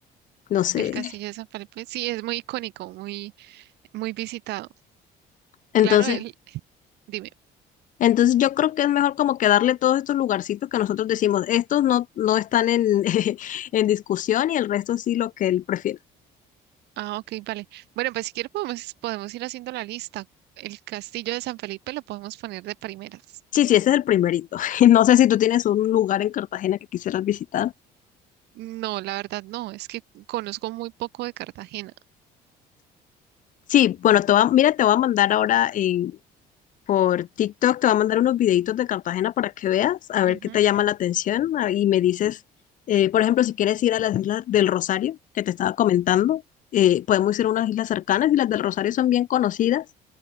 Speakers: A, on the left; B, on the right.
A: no sé.
B: El Castillo de San Felipe, sí, es muy icónico, muy, muy visitado.
A: Entonces
B: Claro, él, dime.
A: Entonces yo creo que es mejor como que darle todos estos lugarcitos que nosotros decimos, estos no, no están en, <laughs> en discusión y el resto sí lo que él prefiera.
B: Ah, ok, vale. Bueno, pues si quieres podemos, podemos ir haciendo la lista. El Castillo de San Felipe lo podemos poner de primeras.
A: Sí, sí, ese es el primerito. <laughs> No sé si tú tienes un lugar en Cartagena que quisieras visitar.
B: No, la verdad no, es que conozco muy poco de Cartagena.
A: Sí, bueno, te va, mira, te voy a mandar ahora eh, por TikTok, te voy a mandar unos videitos de Cartagena para que veas, a
B: Ujú,
A: ver qué te llama la atención ah, y me dices, eh, por ejemplo, si quieres ir a las islas del Rosario, que te estaba comentando, eh, podemos ir a unas islas cercanas y las del Rosario son bien conocidas.